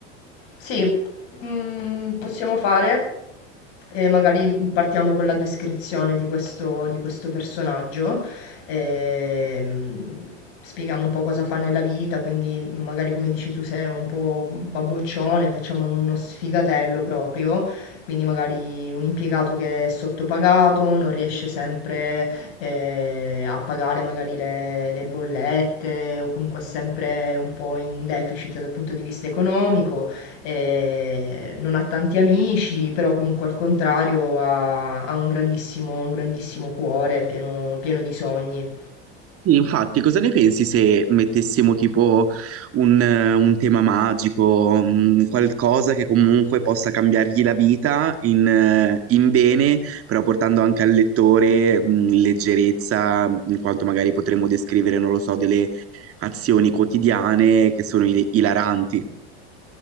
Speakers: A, on the left (about 65°); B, on the right (about 45°).
A: Sì, mm, possiamo fare e magari partiamo con la descrizione di questo, di questo personaggio. ehm, Spieghiamo un po' cosa fa nella vita, quindi magari come dici tu sei un po' babboccione, facciamo uno sfigatello proprio, quindi magari un impiegato che è sottopagato, non riesce sempre eh, a pagare magari le, le bollette o comunque è sempre un po' in deficit dal punto di vista economico, eh, non ha tanti amici, però comunque al contrario ha, ha un grandissimo, un grandissimo cuore pieno pieno di sogni.
B: Sì, Infatti, cosa ne pensi se mettessimo tipo un, eh, un tema magico, mh, qualcosa che comunque possa cambiargli la vita in, eh, in bene, però portando anche al lettore, mh, leggerezza, in quanto magari potremmo descrivere, non lo so, delle azioni quotidiane che sono il- ilaranti.